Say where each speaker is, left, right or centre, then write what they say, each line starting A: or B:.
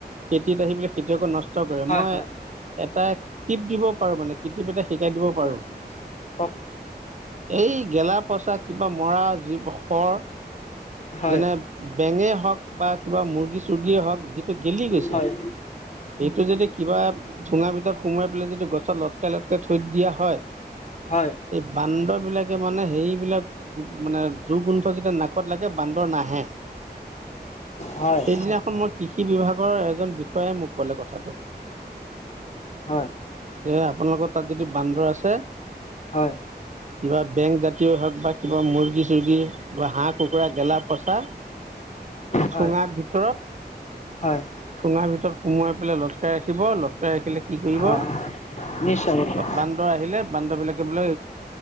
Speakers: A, on the right (about 45°); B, on the left (about 40°).
A: খেতিত আহি পেল খেতিয়কো নষ্ট কৰে
B: হয়
A: মই
B: হয়
A: এটা টিপ দিব পাৰো মানে কৃটিপ এটা শিকাই দিব পাৰো
B: হয় কওক
A: এই গেলা পইচা কিবা মৰা য খৰ
B: হয়
A: যেনে বেঙে হওঁক বা কিবা মুৰ্গী চৰ্গীয়ে হওক যিটো গেলি গৈছে
B: হয়
A: সেইটো যদি কিবা চোঙাৰ ভিতৰত সোমাই পেলাই যদি গছত লটকাই লটকাই থৈ দিয়া হয়
B: হয়
A: এই বান্দৰ বিলাকে মানে সেইবিলাক মানে দুগোন্ধ যেতিয়া নাকত লাগে বান্দৰ নে
B: হয় হয়
A: সেইদিনাখন মই কৃষি বিভাগৰ এজন বিষয়াই মোক ক'লে কথাটো
B: হয়
A: এ আপোনালোকৰ তাত যদি বান্দৰ আছে
B: হয়
A: কিবা বেংক জাতীয় হওক বা কিবা মুৰ্গী চৰ্গী বা হহ গেলা পচা ঠুঙাৰ
B: হয় হয়
A: ভিতৰত
B: হয়
A: ঠুঙা ভ ভিতৰত সোমোৱাই লটকাই ৰাখিব লটকাই ৰাখিলে কি কৰিব
B: হয় নিশ্চয় নিশ্চয়
A: বান্দৰ আহিলে বান্দৰবিলাক কেলে